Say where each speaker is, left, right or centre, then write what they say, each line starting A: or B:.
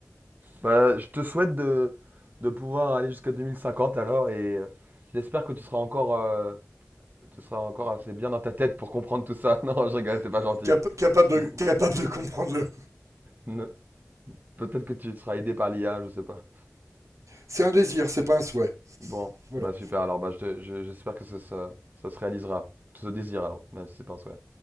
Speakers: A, on the right (about 35°); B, on the right (about 70°).
A: Bah, je te souhaite de, de pouvoir aller jusqu'à 2050 alors et euh, j'espère que tu seras encore euh, tu seras encore assez bien dans ta tête pour comprendre tout ça. <laughs> Non, je rigole, c'est
B: <laughs>
A: pas gentil.
B: Cap- capables de,
A: <laughs>
B: capable de comprendre. le-
A: Ne- Peut-être que tu seras aidé par l'IA, je sais pas.
B: C'est un désir, c'est pas un souhait.
A: Bon,
B: Voilà.
A: bah super, alors bah, je te- je- j'espère que ça, ça, ça se réalisera. Tout ce désir alors, même si c'est pas un souhait.